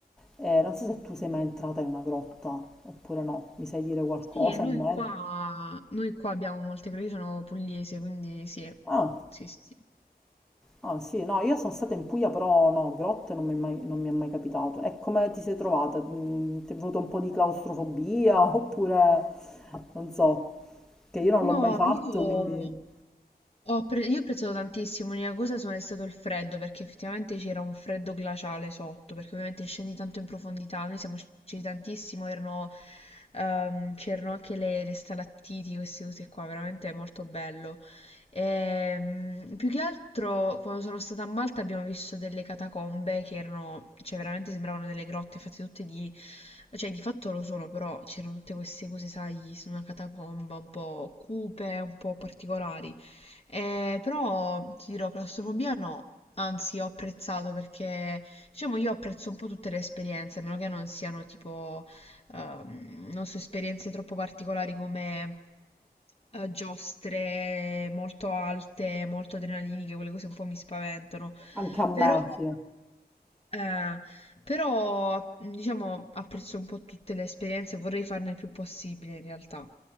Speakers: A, in the centre; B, on the left (about 35°).
A: Eh, non so se tu sei mai entrata in una grotta oppure no, mi sai dire qualcosa
B: Sì, e noi
A: in merito?
B: qua, noi qua abbiamo molte, perché io sono pugliese, quindi sì,
A: Ah,
B: sì, sì. sì.
A: ah, sì, no, io sono stata in Puglia, però no, grotte non mi è mai, non mi è mai capitato. E come ti sei trovata? Mm, Ti è venuto un po' di claustrofobia <laughs> oppure non so, che io non
B: No,
A: l'ho mai fatto,
B: io...
A: quindi
B: Ho pre- io ho preso tantissimo, l'unica cosa sono- è stato il freddo, perché effettivamente c'era un freddo glaciale sotto, perché ovviamente scendi tanto in profondità, noi siamo scesi tantissimo, erano, ehm, c'erano anche le, le stalattiti, queste cose qua, veramente molto bello. Ehm, più che altro, quando sono stata a Malta abbiamo visto delle catacombe che erano, cioè veramente sembravano delle grotte fatte tutte di, cioè di fatto lo sono, però c'erano tutte queste cose, sai, su una catacomba un po' cupe, un po' particolari. Eh, però ti dirò, claustrofobia no, anzi ho apprezzato perché diciamo io apprezzo un po' tutte le esperienze, a meno che non siano tipo, ehm, non so, esperienze troppo particolari come eh, giostre molto alte, molto adrenaliniche, quelle cose un po' mi spaventano.
A: anche a me,
B: Però...
A: sì.
B: Eh, però, diciamo, apprezzo un po' tutte le esperienze, vorrei farne il più possibile in realtà.